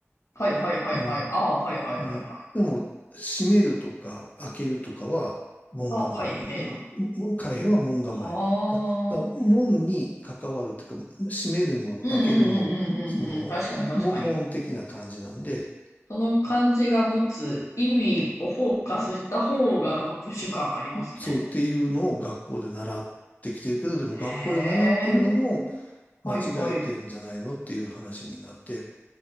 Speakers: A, on the left; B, on the left.
A: はい、はい、はい、
B: う
A: はい。ああ、はい、はい、
B: うん。
A: はい、はい。
B: でも、閉めるとか開けるとかは門構え。
A: ああ、開閉の。
B: うん。開閉は門構え。
A: はあ。
B: だ、だ門に関わるというか、閉めるも開けるも、
A: うん、うん、
B: その、
A: うん、うん、うん、うん。確かに、確かに。
B: も門的な感じなんで、
A: その漢字が持つ意味をフォーカスした方がなんかプッシュ感ありますね。
B: そうっていうのを学校で習ってきてるけど、でも学校で習ってるのも
A: へえ。
B: 間違えてんじゃないのっていう話になって、
A: はいはい。う